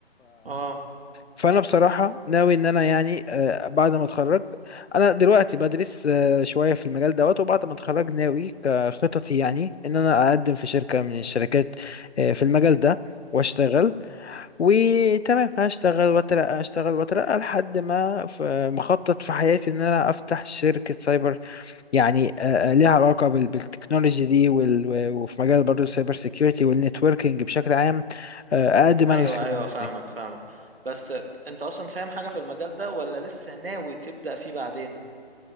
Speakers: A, on the right; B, on the left.
A: اه
B: فانا بصراحه ناوي ان انا يعني آه، بعد ما اتخرج انا دلوقتي بدرس آه، شويه في المجال دوت وبعد ما اتخرج ناوي كخططي يعني ان انا اقدم في شركه من الشركات آه، في المجال ده واشتغل وتمام هشتغل واترقى هشتغل واترقى لحد ما ف- مخطط في حياتي ان انا افتح شركه سايبر يعني آه، آه، ليها علاقه بال- بالتكنولوجي دي وال- وفي مجال برضه السايبر سيكيورتي والنتوركينج بشكل عام آه، اقدم
A: ايوه
B: انا الخدمات
A: ايوه فاهمك
B: دي
A: فاهمك بس انت اصلا فاهم حاجه في المجال ده ولا لسه ناوي تبدا فيه بعدين